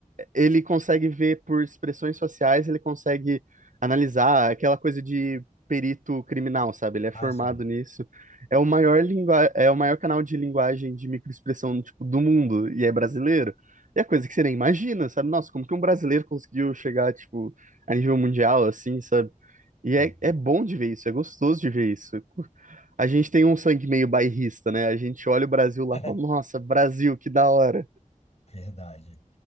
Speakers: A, on the right (about 65°); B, on the left (about 50°).
A: ele consegue ver por expressões sociais, ele consegue analisar aquela coisa de perito criminal, sabe? Ele é
B: Ah,
A: formado
B: sim.
A: nisso. É o maior lingua... é o maior canal de linguagem de microexpressão, tipo, do mundo e é brasileiro. E é coisa que você nem imagina, sabe? Nossa, como que um brasileiro conseguiu chegar, tipo, a nível mundial, assim, sabe? E
B: Pois.
A: é, é bom de ver isso, é gostoso de ver isso. A gente tem um sangue meio bairrista, né? A gente olha o Brasil lá
B: <laughs>
A: e fala, nossa, Brasil, que da hora.
B: Verdade.